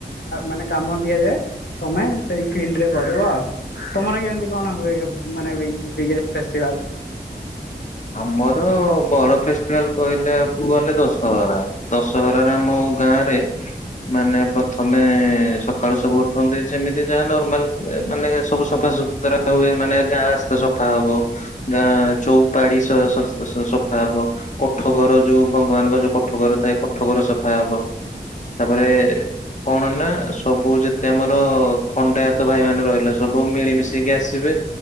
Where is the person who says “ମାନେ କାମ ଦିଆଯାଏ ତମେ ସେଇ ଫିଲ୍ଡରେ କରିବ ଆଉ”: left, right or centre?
Left